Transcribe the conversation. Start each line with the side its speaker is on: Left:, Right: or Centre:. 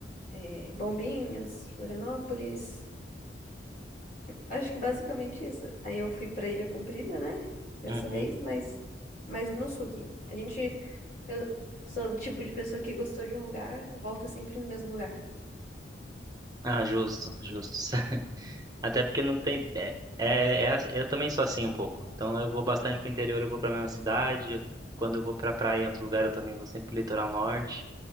Left: É, Bombinhas, Florianópolis. Acho que basicamente isso. Aí eu fui pra Ilha Comprida, né? Dessa
Right: Uhum.
Left: vez, mas, mas no sul aqui. A gente. Eu sou o tipo de pessoa que gostou de um lugar, volta sempre no mesmo lugar.
Right: Ah, justo, justo. <laughs> Até porque não tem. É, é, é- assim, eu também sou assim um pouco. Então eu vou bastante pro interior, eu vou pra mesma cidade. eu- quando eu vou pra praia em outro lugar, eu também vou sempre pro litoral norte.